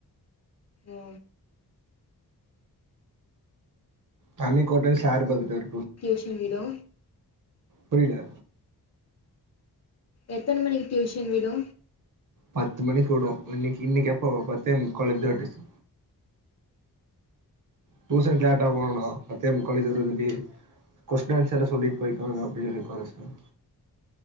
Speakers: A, on the left (about 45°); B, on the right (about 55°).
A: ஓ
B: தண்ணீ கோட்ட ஷேரு பகுட்டர்
A: டியூஷன் விடு
B: புரியல
A: எத்தன மணிக்கு டியூஷன் விடு
B: பத்து மணிக்குவுடு இன்னிக்கு இன்னிக்கு எப்ப பத்தே முக்காலுக்கு விட்டுச்சி டூஷனுக்கு லேட்டா போனானா பத்தே முக்காலஜோடடி கொஸ்டின் ஆன்சர் சொல்லிட்டு போய்க்கோங்க அப்பிடின் சொல்லி உக்கார வச்